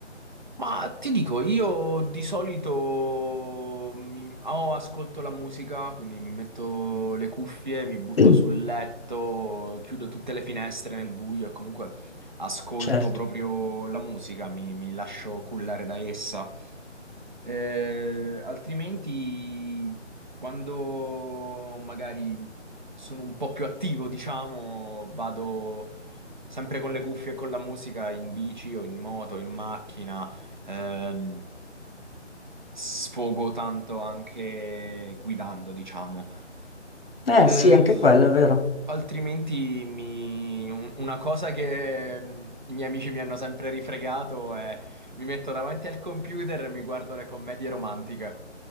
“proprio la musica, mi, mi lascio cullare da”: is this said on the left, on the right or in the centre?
Right